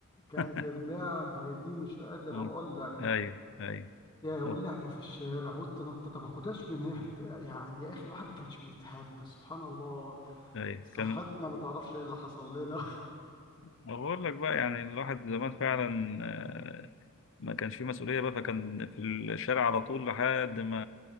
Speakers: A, on the left; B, on the left.
A: كانت
B: <laughs>
A: اللعبة دي مش قادر
B: مم.
A: اقول لك
B: ايوه ايوه
A: يا واللعب
B: اوه
A: في الشارع والتنطط ما كناش بنهت يعني يا اخي الواحد ما كانش بيتهد سبحان الله
B: ايوه
A: صحتنا
B: كان
A: ما تعرفش ايه اللي حصل لنا
B: بقول لك بقى يعني الواحد زمان فعلا آه، ما كانش فيه مسؤوليه بقى فكان في الشارع على طول لحد ما